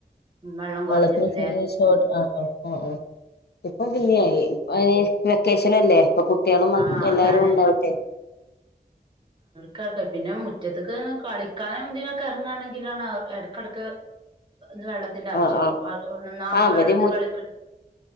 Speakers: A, on the right (about 30°); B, on the left (about 75°).
A: വെള്ളം
B: വെള്ളത്തിന്
A: കുറഞ്ഞിട്ടില്ലേ
B: ചെറിയോ ആ ആ ആ ആ ഇപ്പം
A: അത്
B: പിന്നെ
A: ശരി
B: ആയി അത് വെക്കേഷൻ അല്ലേ ഇപ്പൊ കു ട്ട്യാളും
A: ആഹ്
B: എല്ലാരും
A: അതാണ്
B: ഉണ്ടാവൂലെ
A: ക്കക്ക് പിന്നെ മുറ്റത്ത്ക്ക് കളിക്കാനും ഇതിനൊക്കെ എറങ്ങാണെങ്കിലാണ് എടക്കെടക്ക് ഒന്ന് വെള്ളത്തിന്റെ ആവശ്യം
B: ആ ആ
A: നന്നായിട്ട്
B: ആ അവര്
A: വെള്ളത്തിൽ
B: മു
A: കളിക്ക്